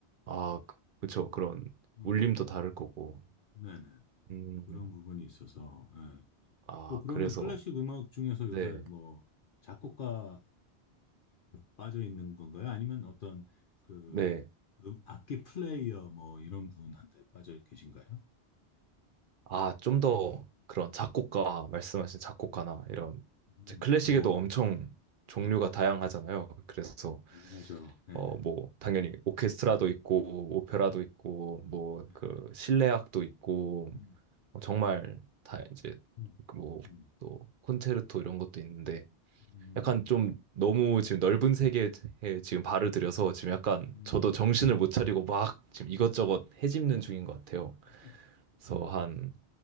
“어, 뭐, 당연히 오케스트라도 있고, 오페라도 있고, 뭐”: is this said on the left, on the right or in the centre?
Right